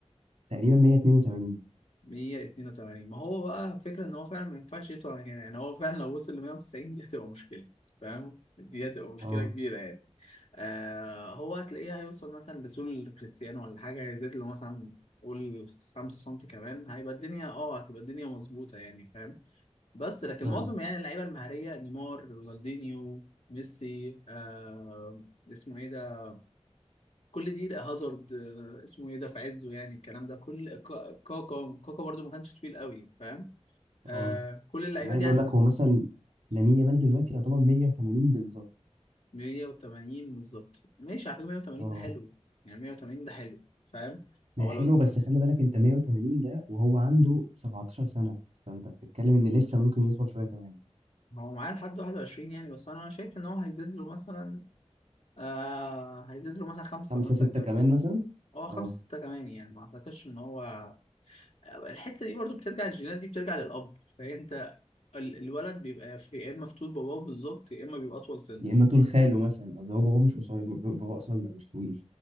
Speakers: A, on the right (about 80°); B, on the left (about 65°).
A: تقريبا 182
B: 182 ما هو بقى فكرة ان هو فعلا ما ينفعش يطلع من هنا يعني هو فعلا لو وصل ل 190 دي هتبقى مشكلة فاهم دي هتبقى مشكلة
A: اه
B: كبيرة يعني آه هو هتلاقيه هيوصل مثلا لطول كريستيانو ولا حاجة هيزيد له مثلا قول 5 سم كمان هيبقى الدنيا اه هتبقى الدنيا مظبوطة يعني فاهم بس لكن
A: اه
B: معظم يعني اللعيبة المهارية نيمار رونالدينيو ميسي آه اسمه ايه ده كل دي لا، هازارد آه، اسمه ايه ده في عزه يعني الكلام ده كل كا- كاكا كاكا برضو ما كانش طويل قوي فاهم آه
A: اه
B: كل اللعيبه
A: انا عايز
B: دي
A: اقول
B: هتلاقي
A: لك هو مثلا لامين يامال دلوقتي يعتبر 180 بالظبط
B: 180 بالظبط ماشي على فكره 180
A: اه
B: ده حلو يعني 180 ده حلو فاهم
A: ما
B: هو
A: هي حلوه
B: لو
A: بس خلي بالك انت 180 ده وهو عنده 17 سنه فانت بتتكلم ان لسه ممكن يوصل شويه كمان
B: هو معاه لحد 21 يعني بس انا شايف ان هو هيزيد له مثلا آه هيزيد له مثلا خمسه
A: خمسة
B: مثلا
A: ستة
B: كام
A: كمان مثلا
B: هو خمسه
A: اه
B: سته كمان يعني ما اعتقدش ان هو الحته دي برضو بترجع الجينات دي بترجع للاب فانت ال- الولد بيبقى في يا اما في طول باباه بالظبط يا اما بيبقى اطول سنه
A: يا اما طول خاله مثلا قصدي هو بابا مش قصير بابا قصير مش طويل